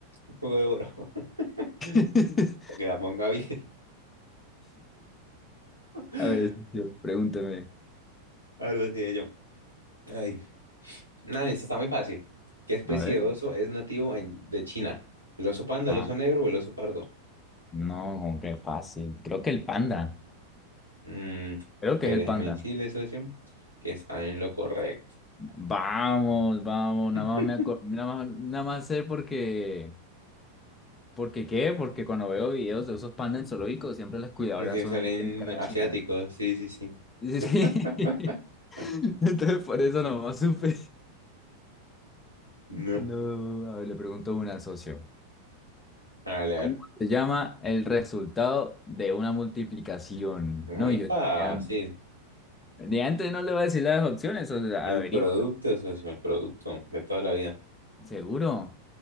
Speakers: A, on the right (about 90°); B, on the left (about 20°).
A: Un poco de oro. <laughs>
B: <laughs>
A: Para que la ponga bien. <laughs>
B: A ver, socio, pregúnteme.
A: Ahora sí, yo. Ay. No, esta está muy fácil. ¿Qué especie
B: A ver.
A: de oso es nativo en- de China? ¿El oso panda,
B: Ah.
A: el oso negro o el oso pardo?
B: No, como que fácil. Creo que el panda.
A: Mm,
B: Creo
A: pues
B: que es el
A: déjeme
B: panda.
A: decirle, socio, que está en lo correcto.
B: Vamos, vamos.
A: <laughs>
B: Nada más me acor- nada más, nada más sé porque. ¿Porque qué? Porque cuando veo videos de esos pandas en zoológicos, siempre las cuidadoras
A: Y si
B: son
A: salen
B: tienen cara
A: asiáticos,
B: china.
A: sí, sí, sí. <laughs>
B: Sí. <laughs> Entonces por eso nomás supe.
A: No.
B: No, a ver, le pregunto a una socio.
A: Vale, A
B: ¿Cómo
A: ver,
B: se llama el resultado de una multiplicación?
A: muy
B: No, yo
A: fácil.
B: ya, de antes no le voy a decir las opciones, o sea,
A: El
B: averígüelo.
A: producto, socio, el producto de toda la vida.
B: ¿Seguro?